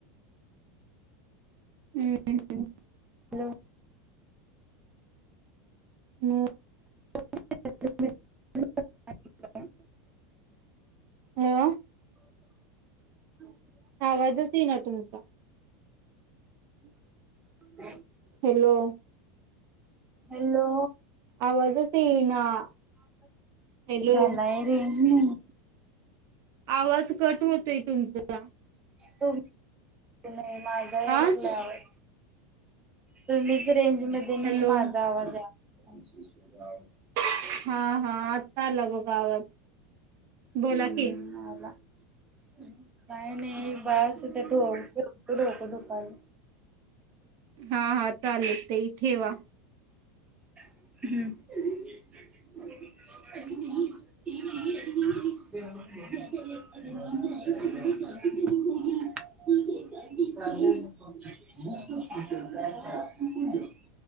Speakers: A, on the right (about 50°); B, on the right (about 15°).
A: हम्म.
B: हॅलो.
A: <inaudible>
B: <inaudible>
A: हो.
B: <unintelligible>
A: आवाज येतो ना तुमचा?
B: <inaudible>
A: हॅलो.
B: हॅलो.
A: आवाजच येईना ना हॅलो.
B: झालाय रेंज नाही
A: आवाज कट होतोय तुमचा.
B: तुमचा येईना. माझा यालागल्या
A: आ
B: आवाज. तुम्ही? रेंज मध्ये नाही
A: हॅलो
B: माझा आवाज आहे. कोणती सुविधा आहे?
A: हा हा आत्ता आला बग. आवाज. बोला
B: हम्म
A: की.
B: हा आला. ह् काय? नाही बास तर ढोक डोक दुखा लत दुपारी.
A: हा हा चालेल ताई ठेवा.
B: हम्म. <unintelligible> <unintelligible> <inaudible> <unintelligible>